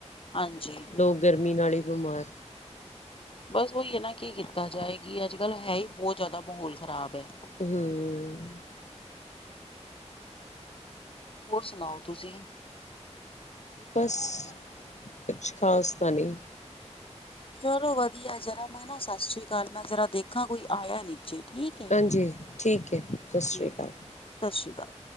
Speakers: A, on the left; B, on the left.
A: ਹਾਂਜੀ-
B: ਲੋਗ ਗਰਮੀ ਨਾਲ ਹੀ ਬਿਮਾਰ
A: ਬਸ ਉਹੀ ਹੈ। ਨਾ ਕੀ ਕੀਤਾ ਜਾਏਗੀ ਅਜ ਕਲ ਹੈ। ਹੀ ਬਹੁਤ ਜ਼ਿਆਦਾ ਮਾਹੌਲ ਖ਼ਰਾਬ ਹੈ।
B: ਹੂੰ -
A: ਹੋਰ ਸੁਣਾਓ ਤੁਸੀ
B: ਬਸ ਕੁਛ ਖਾਸ ਤਾਂ ਨਹੀ-
A: ਚਲੋ ਵਧੀਆ ਜਰਾ ਮੈ ਨਾ ਸਤਿ ਸ੍ਰੀ ਅਕਾਲ ਮੈ ਜਰਾ ਦੇਖਾ ਕੋਈ ਆਇਆ ਨੀਚੇ ਠੀਕ ਹੈ।
B: ਹਾਂਜੀ ਠੀਕ ਹੈ ਸਤਿ
A: ਠੀਕ
B: ਸ਼੍ਰੀ ਅਕਾਲ
A: ਸਤਿ ਸ੍ਰੀ ਅਕਾਲ।